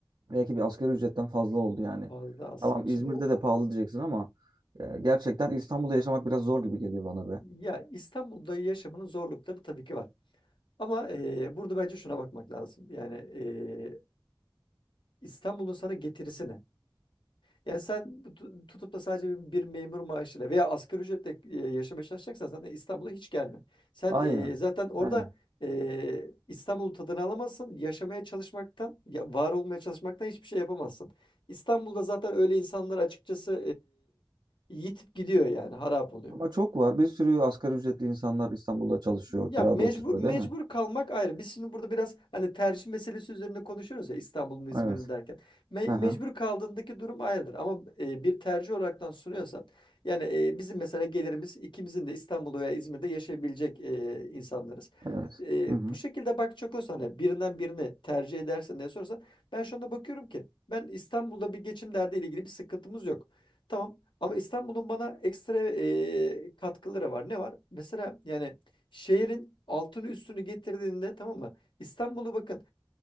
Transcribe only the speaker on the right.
Belki bir asgari ücretten fazla oldu yani.
Tamam
İzmir'de
de
pahalı diyeceksin ama e, gerçekten İstanbul'da yaşamak biraz zor gibi geliyor bana be.
Aynen.
Aynen.
Ama çok var. Bir sürü asgari ücretli insanlar İstanbul'da çalışıyor,
kirada
oturuyor
değil mi?
Evet.
Hı hı.
Evet.
Hı hı.